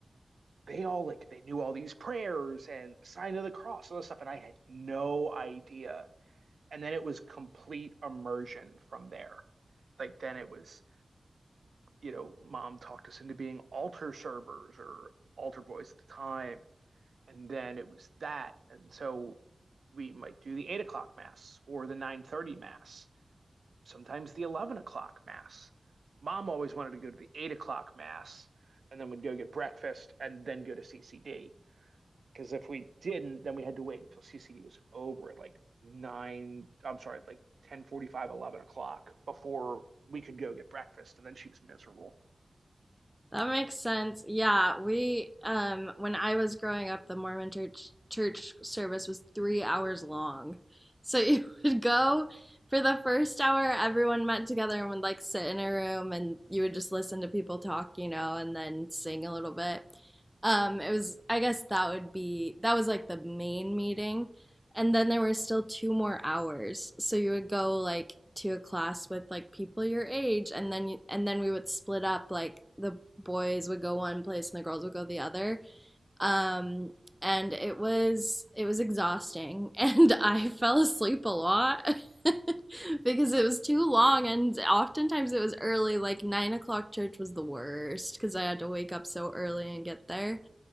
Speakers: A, on the right; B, in the centre.
A: they all like they knew all these prayers and sign of the cross, all this stuff, and I had no idea. And then it was complete immersion from there. Like then it was, you know, mom talked us into being altar servers or altar boys at the time and then it was that, and so we might do the eight o'clock mass or the nine thirty mass, sometimes the eleven o'clock mass. Mom always wanted to go to the eight o'clock mass, and then we'd go get breakfast and then go to CCD. Because if we didn't, then we had to wait until CCD was over at like nine. I'm sorry, like 10 45, 11 o'clock before we could go get breakfast. And then she was miserable.
B: makes sense. Yeah, we um when I was growing up, the Mormon church church service was 3 hours long. So <laughs> you would go for the first hour everyone met together and would like sit in a room and you would just listen to people talk, you know, and then sing a little bit. Um it was I guess that would be that was like the main meeting and then there were still two more hours. So you would go like to a class with like people your age, and then you, and then we would split up. Like the boys would go one place and the girls would go the other. Um, and it was it was exhausting, <laughs> and I fell asleep a lot. <laughs> because it was too long and oftentimes it was early like nine o'clock church was the worst because i had to wake up so early and get there